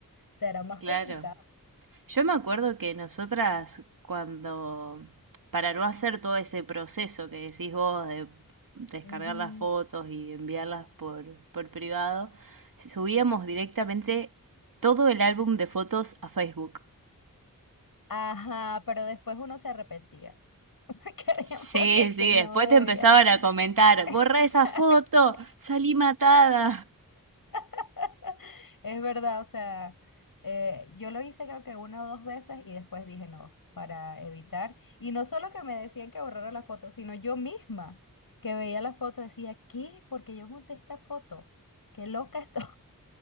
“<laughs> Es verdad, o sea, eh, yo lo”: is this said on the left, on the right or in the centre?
Left